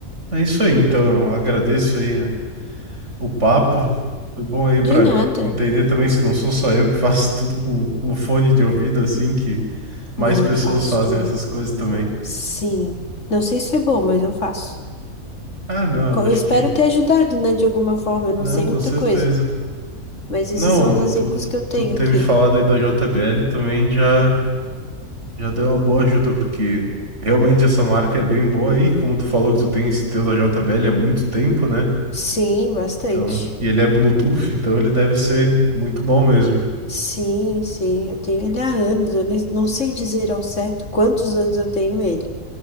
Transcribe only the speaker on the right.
é isso aí, então. Eu agradeço aí é, o papo. Foi bom aí
para
entender também se não sou só eu que <laughs> faço tudo com o fone de ouvido, assim, que mais
pessoas
fazem
essas coisas também.
Ah, não,
eu
acho
que.
Não,
com
certeza.
Não,
tu,
tu ter
me falado aí da JBL também já, já deu uma boa ajuda, porque realmente essa marca é bem boa aí. Como tu falou que tu tem esse teu da JBL há muito tempo, né?
Então, e ele é Bluetooth, então ele deve ser muito bom mesmo.